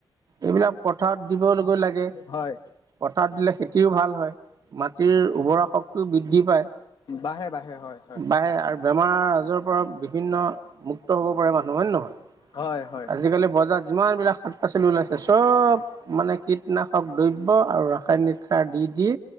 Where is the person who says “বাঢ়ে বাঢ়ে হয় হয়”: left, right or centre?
Left